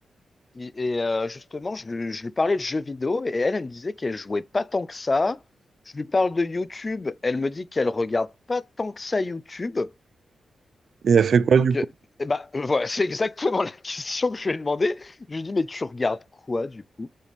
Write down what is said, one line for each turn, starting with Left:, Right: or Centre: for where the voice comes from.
Left: Et et, euh, justement, je, lui je lui parlais de jeux vidéo et elle, elle me disait qu'elle jouait pas tant que ça. Je lui parle de YouTube, elle me dit qu'elle regarde pas tant que ça YouTube.
Right: Et elle fait quoi,
Left: Donc,
Right: du
Left: euh,
Right: coup?
Left: eh ben, <laughs> voilà, c'est exactement <laughs> la question que je lui ai demandé. Je lui ai dit, mais tu regardes quoi du coup?